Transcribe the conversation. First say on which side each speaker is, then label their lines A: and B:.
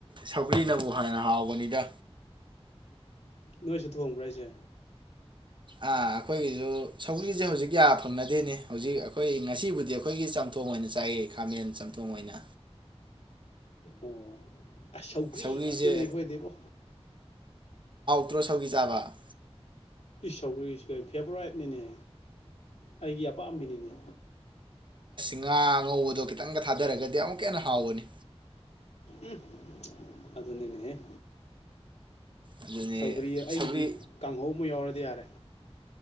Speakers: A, on the right (about 50°); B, on the left (about 85°).
A: ꯁꯧꯒ꯭ꯔꯤꯅꯕꯨ ꯍꯦꯟꯅ ꯍꯥꯎꯕꯅꯤꯗ
B: ꯅꯣꯏꯁꯨ ꯊꯣꯡꯕ꯭ꯔꯥ ꯑꯩꯁꯦ
A: ꯑꯥ ꯑꯩꯈꯣꯏꯒꯤꯖꯨ ꯁꯧꯒꯔꯤꯖꯦ ꯍꯧꯖꯤꯛ ꯌꯥ ꯐꯪꯅꯗꯦꯅꯦ ꯍꯧꯖꯤꯛ ꯑꯩꯈꯣꯏ ꯉꯁꯤꯕꯨꯗꯤ ꯑꯩꯈꯣꯏꯒꯤ ꯆꯝꯊꯣꯡ ꯑꯣꯏꯅ ꯆꯥꯏꯌꯦ ꯈꯥꯃꯦꯟ ꯆꯝꯊꯣꯡ ꯑꯣꯏꯅ
B: ꯑꯣ ꯁꯧꯒ꯭ꯔꯤ
A: ꯁꯧꯒ꯭ꯔꯤꯁꯦ
B: ꯉꯥꯛꯇꯅꯦ ꯑꯩꯈꯣꯏꯗꯤꯕꯣ
A: ꯇꯔꯣ ꯁꯧꯒꯤ ꯆꯥꯕ
B: ꯁꯧꯒ꯭ꯔꯤ ꯐꯦꯕꯣꯔꯥꯏꯠ ꯅꯤꯅꯦ ꯑꯩꯒꯤ ꯑꯄꯥꯝꯕꯤꯅꯤꯅꯦ
A: ꯉꯥꯡ ꯑꯉꯧꯕꯗꯣ ꯈꯤꯇꯪꯒ ꯊꯥꯗꯔꯒꯗꯤ ꯑꯃꯨꯛꯀ ꯍꯦꯟꯅ ꯍꯥꯎꯕꯅꯤ
B: ꯎꯝ ꯑꯗꯨꯅꯤꯅꯦꯍꯦ
A: ꯑꯗꯨꯅꯦ
B: ꯁꯧꯒ꯭ꯔꯤ ꯑꯩꯒꯤꯗꯤ
A: ꯁꯧꯒ꯭ꯔꯤ
B: ꯀꯥꯡꯍꯧ ꯑꯃ ꯌꯥꯎꯔ ꯌꯥꯔꯦ